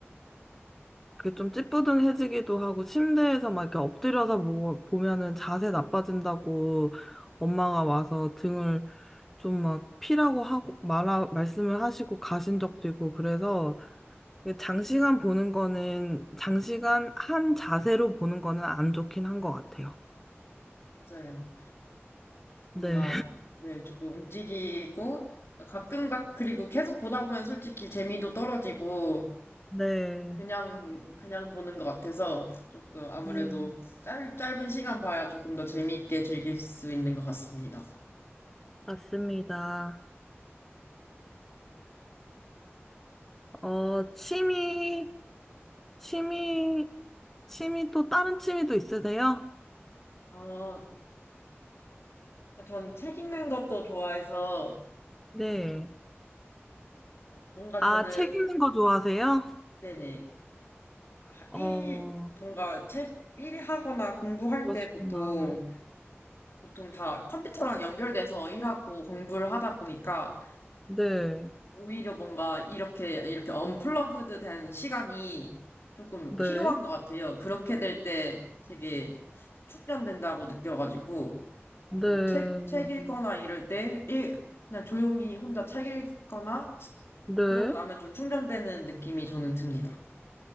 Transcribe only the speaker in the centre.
그게 좀 찌뿌둥해지기도 하고 침대에서 막 이렇게 엎드려서 보, 보면은 자세 나빠진다고 엄마가 와서 등을 좀 막 피라고 하고 말아, 말씀을 하시고 가신 적도 있고 그래서 이게 장시간 보는 거는 장시간 한 자세로 보는 거는 안 좋긴 한 것 같아요.
네.
네,
네,
맞습니다.
어, 취미, 취미, 취미 또 다른 취미도 있으세요?
네.
아, 책 읽는 거 좋아하세요?
어,
그러시구나.
네,
네,
네,
네,